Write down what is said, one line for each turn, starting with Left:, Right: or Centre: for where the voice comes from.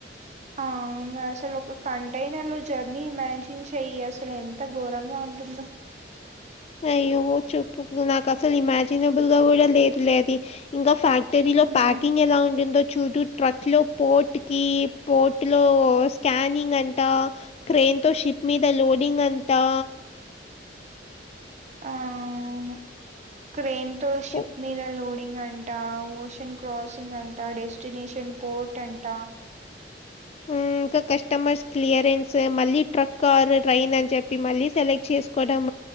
Right: అవును అసలు ఒక కంటైనర్ లో జర్నీ ఇమాజిన్ చెయ్యి అసలు ఎంత ఘోరంగా ఉంటుందో?
Left: అయ్యో చెప్పు, నాకు అసలు ఇమాజినబుల్ గా గూడా లేదు లే అది. ఇంకా ఫ్యాక్టరీలో
Right: ఉమ్
Left: ప్యాకింగ్ ఎలా ఉంటుందో చూడు. ట్రక్ లో పోర్ట్ కి పోర్టులో స్కానింగ్ అంటా క్రైన్ తో షిప్ మీద లోడింగ్ అంతా
Right: ఆ అవును క్రేన్ తో షిప్
Left: ఉ-
Right: మీద లోడింగ్ అంట. ఓషన్ క్రాసింగ్ అంట, డెస్టినేషన్ పోర్ట్ అంట.
Left: మ్ కస్టమర్స్ క్లియరెన్స్, మళ్ళీ ట్రక్, కారు, ట్రైన్ అని చెప్పి మళ్ళీ సెలెక్ట్ చేసుకోవడం.